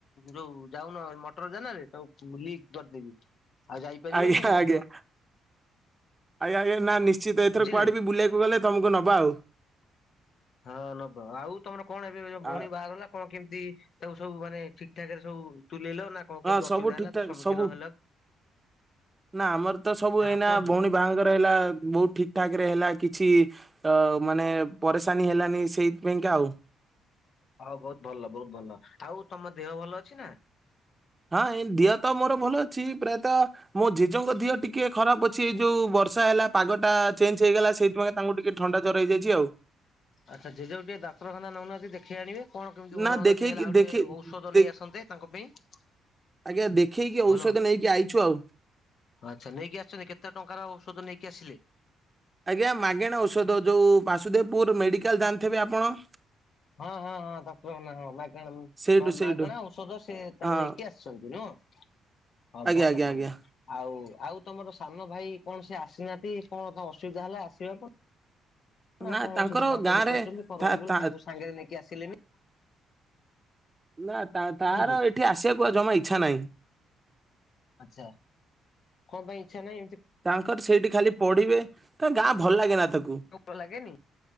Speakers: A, on the left; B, on the right.
A: ଯୋଉ ଯାଉନ ମଟର ଜାନରେ ତାକୁ ଲିକ କରିଦେବି ଆଉ ଯାଇପାରିବନି
B: ଆଜ୍ଞା
A: ମତ
B: ଆଜ୍ଞା ଆଜ୍ଞା ନା ନିଶ୍ଚିତ ଏଥର
A: ବୁଝିଲେ
B: କୁଆଡେ ବି ବୁଲିବାକୁ ଗଲେ ତମକୁ ନବା ଆଉ।
A: ହଁ ନବ, ଆଉ ତମର କଣ ଏବେ ଯୋଉ ଭଉଣୀ
B: ଆ
A: ବାହଘର ହେଲା କଣ କେମିତି ତାକୁ ସବୁ ମାନେ ଠିକ ଠାକରେ ସବୁ ତୁଲେଇଲ ନା କଣ କେମିତି
B: ହଁ ସବୁ
A: ଅସୁବିଧା ହେଲା
B: ଠିକଠାକ୍
A: ତ ସମ୍ମୁଖୀନ
B: ସବୁ,
A: ହେଲ?
B: ନା ଆମର ତ ସବୁ
A: ହଁ
B: ଏଇନା
A: କୁହନ୍ତୁ
B: ଭଉଣୀ ବାହାଗର ହେଲା ବହୁତ ଠିକ ଠା ରେ ହେଲା କିଛି ତ ମାନେ ପରିଶାନି ହେଲାନି ସେଇଥିପାଇଁକା ଆଉ।
A: ହଁ ବହୁତ ଭଲ ବହୁତ ଭଲ, ଆଉ ତମ ଦେହ ଭଲ ଅଛି ନା?
B: ହଁ ଏ ଦିହ ତ ମୋର ଭଲ ଅଛି ପ୍ରାୟତଃ ମୋ ଜେଜଙ୍କ ଦିଅ ଟିକେ ଖରାପ ଅଛି ଏଇ ଯୋଉ ବର୍ଷା ହେଲା ପାଗଟା ଚେଞ୍ଜ ହେଇଗଲା ସେଇ ତାଙ୍କୁ ଟିକେ ଥଣ୍ଡା ଜର ହେଇଯାଇଛି ଆଉ।
A: ଆଚ୍ଛା ଜେଜକୁ ଟିକେ ଡକ୍ତରଖାନା ନଉନାହାନ୍ତି ଦେଖଇ ଆଣିବେ। କଣ କେମିତି
B: ନା
A: ଭଲ ହୁଅନ୍ତା
B: ଦେଖେଇକି
A: ଟିକେ ହେଲା ଆଉ
B: ଦେଖି
A: ଟିକେ ଔଷଧ
B: ଦେ
A: ନେଇ ଆସନ୍ତେ ତାଙ୍କ ପାଇଁ।
B: ଆଜ୍ଞା ଦେଖେଇକି ଔଷଧ
A: ଭଲ ହୁଅନ୍ତା
B: ନେଇକି ଆଇଛୁ ଆଉ।
A: ଆଚ୍ଛା ନେଇକି ଆସିଛନ୍ତି କେତେ ଟଙ୍କାର ଔଷଧ ନେଇକି ଆସିଲେ?
B: ଆଜ୍ଞା ମାଗେଣା ଔଷଧ ଯୋଉ ବାସୁଦେବପୁର ମେଡିକାଲ ଜାଣିଥିବେ ଆପଣ।
A: ହଁ ହଁ ହଁ <unintelligible> ମାଗଣା
B: ସେଇଠୁ ସେଇଠୁ
A: ମାଗଣା ଔଷଧ ସେ ତାଙ୍କୁ
B: ହଁ
A: ନେଇକି ଆସଛନ୍ତି। ନୁହଁ ହ
B: ଆଜ୍ଞା
A: ଭଲ
B: ଆଜ୍ଞା
A: ଭଲ।
B: ଆଜ୍ଞା
A: ଆଉ ଆଉ ତମର ସାନ ଭାଇ କଣ ସେ ଆସିନାହାନ୍ତି କଣ ଅସୁବିଧା ହେଲା ଆସିବାକୁ? ଆପଣ
B: ନା ତାଙ୍କର
A: ସେଠି ପଢାପଢି
B: ଗାଁ ରେ
A: କରିୁଛନ୍ତି କ
B: ତା
A: ରହିଗଲେ
B: ତା
A: ତାଙ୍କୁ ସାଙ୍ଗରେ ନେଇକି ଆସିଲେନି।
B: ନା ତା ତାର
A: କୁହନ୍ତୁ?
B: ଏଠି ଆସିବାକୁ ଆଉ ଜମା ଇଚ୍ଛା ନାହିଁ।
A: ଆଚ୍ଛା କଁ ପାଇଁ ଇଚ୍ଛା ନାହିଁ ଏମତି।
B: ତାଙ୍କର ସେଇଠି ଖାଲି ପଢିବେ ତା ଗାଁ ଭଲ ଲାଗେ ନା ତାକୁ।
A: <unintelligible> ଲାଗେନି?